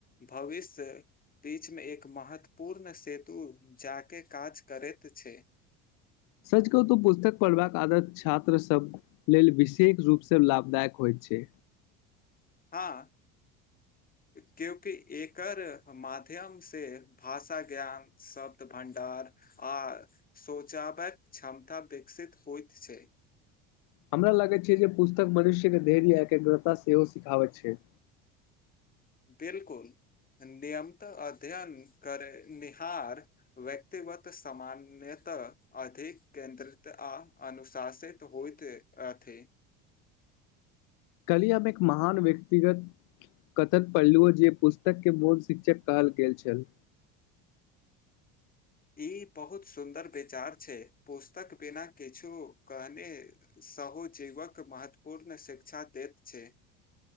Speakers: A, on the left; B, on the left.
A: भविष्य बीचमे एक महत्वपूर्ण सेतु जााकऽ काज करैत छै।
B: सच कहू त पुस्तक पढ़बाक आदत छात्र सभ लेल विशेष रूपसँ लाभदायक होइत छै।
A: हँ क्यंकि एकर माध्यम से भाषा ज्ञान शब्द भं्डार आ सोचावक क्षमता विकसित होइत छै।
B: हमरा लागै छै जे। पुस्तक मनुष्यके धैर्य एकाग्रता सेहो सिखाबैत छै।
A: बिलकुल नियमित अध्ययन करेनिहार व्यक्तिगत सामान्यतः अधिक केन्द्रित आ अनुशासित होइत अछि।
B: कल ही हम एक महान व्यक्तिगत कथक पढ़लहुँ जे पुस्तकके मूल शिक्षक कहल गेल छल।
A: ई बहुत सुन्दर विचार छै पुस। तक बिना किछु। कने सहो जीवक महत्वपूर्ण शिक्षा देैत छै।